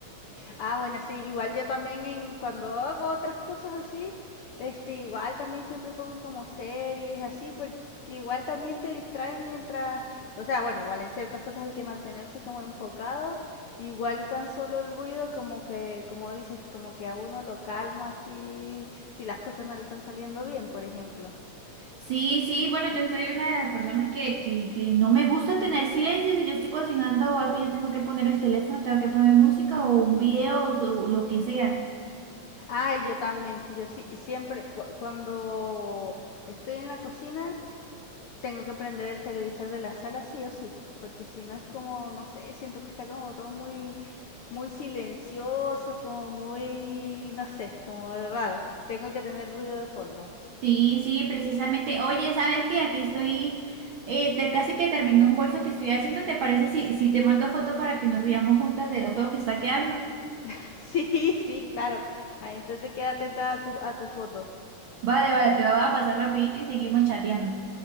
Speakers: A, on the left; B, on the right.
A: Ah, bueno, sí, igual yo también en cuando hago otras cosas así, este, igual también siempre pongo como series así, porque igual también te distraen mientras, o sea, bueno, igual en ciertas cosas hay que mantenerse como enfocado, igual tan solo el ruido como que, como dices, como que a uno lo calma así, si las cosas no le están saliendo bien, por ejemplo.
B: Sí, sí, bueno, yo soy una de las personas que, que, que no me gusta tener silencio. Si yo estoy cocinando o algo, yo tengo que poner el teléfono, tengo que poner música o un video o lo que sea.
A: Ay, yo también, yo sí, siempre cu- cuando estoy en la cocina, Tengo que prender el televisor de la sala sí o sí, porque si no es como, no sé, siento que está como todo muy, muy silencioso, como muy, no sé, como raro. Tengo que tener ruido de fondo.
B: Sí, sí, precisamente. Oye, ¿sabes qué? Aquí estoy, eh, te- casi que termino un bolso que estoy haciendo. ¿Te parece si, si te mando foto para que nos riamos juntas de lo feo que está quedando?
A: <laughs> Sí, sí, claro. Ahí entonces queda atenta a tu, a tu foto.
B: Vale, vale, te la voy a pasar rapidito y seguimos chateando.